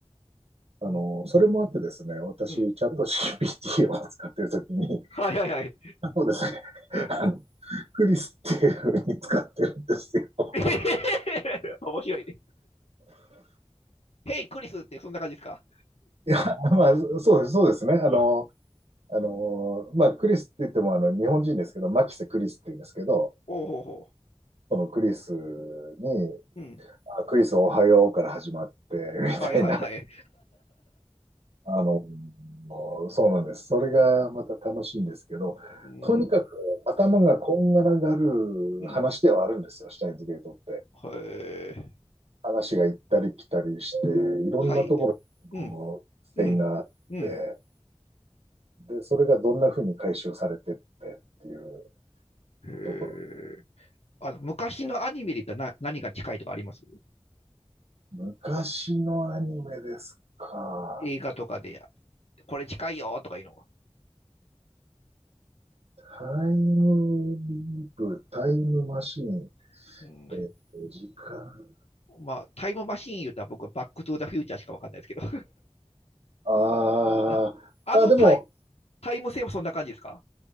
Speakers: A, on the left (about 75°); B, on the right (about 70°).
A: うん。
B: あの、それもあってですね、私、
A: うん
B: チャット GPT を使ってるときに、
A: はいはいはい。
B: そうですね、
A: うん
B: あの、クリスっていうふうに使ってるんですよ。
A: <laughs> 面白いね。ヘイクリスってそんな感じですか
B: いや、まあ、そうです、そうですね。あの、
A: うん
B: あの、まあ、クリスって言っても、あの、日本人ですけど、マキセクリスって言うんですけど、
A: ほうほうほ
B: そのクリスに、
A: う。うん。
B: あクリスおはようから始まって、みたいな
A: はいはいはい。
B: あの、そうなんです。それがまた楽しいんですけど、
A: うん。うん。
B: とにかく頭がこんがらがる話ではあるんですよ、
A: うん。
B: シュタインズゲートって。
A: へえ。
B: 話が行ったり来たりして、いろんなところ
A: はい。うん。
B: の線があって、
A: うん。うん。
B: で、それがどんな風に回収されてってっていう
A: へえ。
B: ところ。
A: あの、昔のアニメで言ったらな何が近いとかあります
B: 昔のアニメですか。
A: 映画とかで、これ近いよとかいうのは。
B: タイムリープ、タイムマシーン、
A: うん
B: えー時間。
A: まあ、タイムマシーン言うたら僕はバックトゥーザフューチャーしかわかんないですけど。
B: ああ、
A: <laughs> あのタイ
B: まあでも、
A: タイム線もそんな感じですか